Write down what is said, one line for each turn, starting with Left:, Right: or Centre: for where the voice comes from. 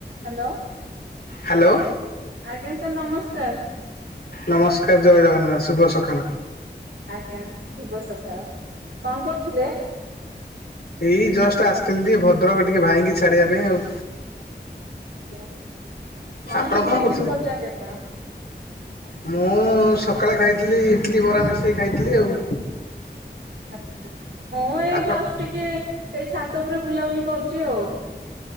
Right: ହ୍ୟାଲୋ।
Left: ହ୍ୟାଲୋ।
Right: ଆଜ୍ଞା ସାର୍ ନମସ୍କାର।
Left: ନମସ୍କାର ଜୟ ଜଗନ୍ନାଥ ଶୁଭ ସକାଳ।
Right: ଆଜ୍ଞା ଶୁଭ ସକାଳ କଣ କରୁଥିଲେ?
Left: ଏଇ ଜଷ୍ଟ ଆସିଛନ୍ତି ଟିକେ ଭଦ୍ରକ ଟିକେ ଭାଇକି ଛାଡିବା ପାଇଁ ଆଉ।
Right: ଆଜ୍ଞା କଣସବୁ
Left: ଆପଣ କଣ
Right: ଟିଫିନ
Left: କରୁଥିଲେ?
Right: କରିଚନ୍ତି ଆପଣ?
Left: ମୁଁ ସକାଳେ ଖାଇଥିଲି ଇଡ଼ଲି ବରା ମିଶାଇ ଖାଇଥିଲି ଆଉ।
Right: ଆଜ୍ଞା ମୁଁ ଏଇ
Left: ଆପଣ
Right: ଜଷ୍ଟ ଟିକେ ଏଇ ଛାତ ଉପରେ ବୁଲାବୁଲି କରୁଛି ଆଉ।